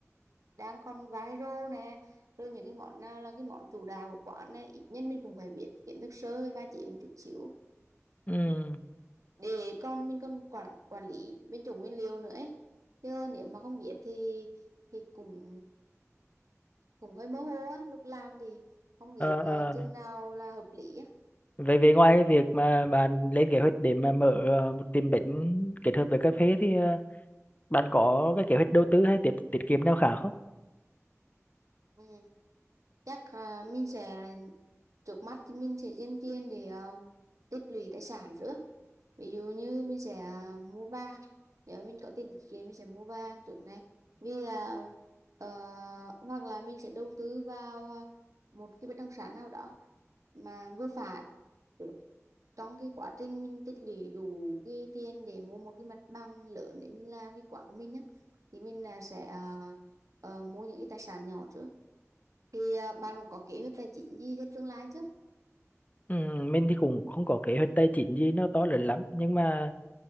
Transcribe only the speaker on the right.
đang còn viral nè rồi những cái món nào là cái món chủ đạo của quán nè ít nhất mình cũng phải biết kiến thức sơ và chỉ một chút xíu
để con mình còn quản quản lý bên chủ nguyên liệu nữa ấy. chứ nếu mà không biết thì thì cũng cũng hơi mơ hồ á lúc làm thì không biết
là
chừng nào là hợp lý á
ừ. chắc à, mình sẽ trước mắt thì mình sẽ dành tiền để à, tích lũy tài sản trước ví dụ như mình sẽ à, mua vàng nếu mình có tiền tiết kiệm mình sẽ mua vàng trước này vì à, ờ, hoặc là mình sẽ đầu tư vào à, một cái bất động sản nào đó mà vừa phải được trong cái quá trình mình tích lũy đủ cái tiền để mua một cái mặt bằng lớn để mình làm cái quán của mình á thì mình là sẽ à, ờ, mua những cái tài sản nhỏ trước thì à, bạn cũng có kế hoạch tài chính gì cho tương lai chứ